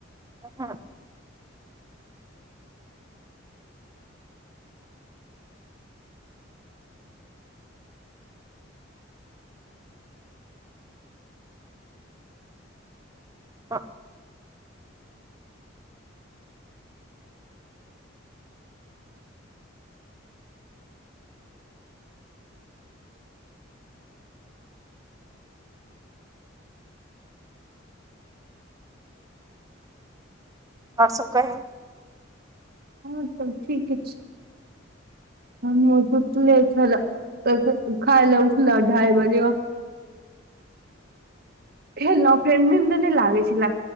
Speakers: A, on the right; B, on the right.
A: ह हँ <unintelligible> ह <unintelligible> आओर सब कही
B: हँ त ठीके छै सुुट झर <unintelligible> तस खाय ला उठल ढाइ बजे
A: <unintelligible> <inaudible>
B: खेलौ फेर निंद नै लगै छला